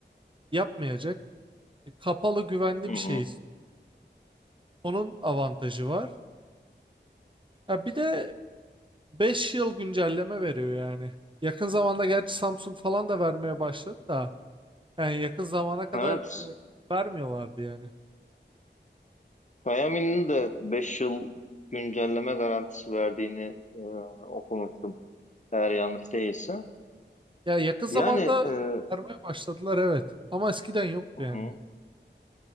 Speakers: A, on the right (about 25°); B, on the left (about 40°).
A: yapmayacak. E, Kapalı güvenli
B: Hı hı.
A: bir şeyiz Onun avantajı var. Ya bir de 5 yıl güncelleme veriyor yani. Yakın zamanda gerçi Samsung falan da vermeye başladı da yani yakın zamana kadar
B: Evet.
A: e, vermiyorlardı yani.
B: Xiaomi'nin de 5 yıl güncelleme garantisi verdiğini e, okumuştum. Eğer yanlış değilse.
A: Ya yakın zamanda
B: Yani e, hı
A: vermeye başladılar evet ama eskiden yoktu
B: hı.
A: yani.